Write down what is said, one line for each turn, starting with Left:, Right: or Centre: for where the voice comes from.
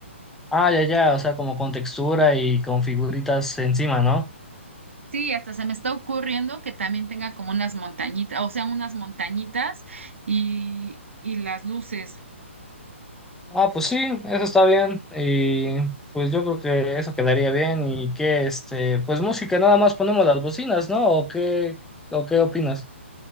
Centre: Ah, ya, ya, o sea, como con textura y con figuritas encima, ¿no?
Right: Sí, hasta se me está ocurriendo que también tenga como unas montañitas, o sea, unas montañitas y, y las luces.
Centre: Ah, pues sí, eso está bien. Y pues yo creo que eso quedaría bien. Y que, este, pues música, nada más ponemos las bocinas, ¿no? ¿O qué, o qué opinas?